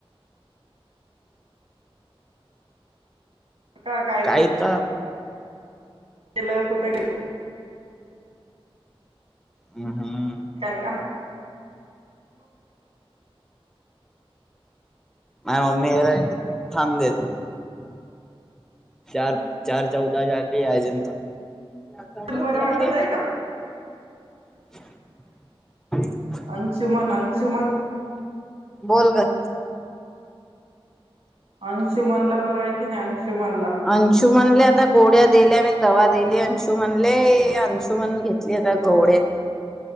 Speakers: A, on the right; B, in the centre.
A: क काय
B: एकदा
A: ते ला कुठं
B: अ हम..
A: काय काय म
B: <unintelligible> मम्मी हे थांब देतो चार चार चौदा झाली अजिंता चार चौदा
A: मोबाईल बरं
B: झालीये
A: वाटत आहे का
B: <inaudible>
A: अंचुमन अंचुमन
B: बोल गं
A: अंशुमनला बरं आहे की नाही अंशुमनला
B: अंशू म्हणले आता गोळ्या दिल्या मी दवा दिली अंशू म्हणले अंशु म्हन घेत चेहरा गोड आहे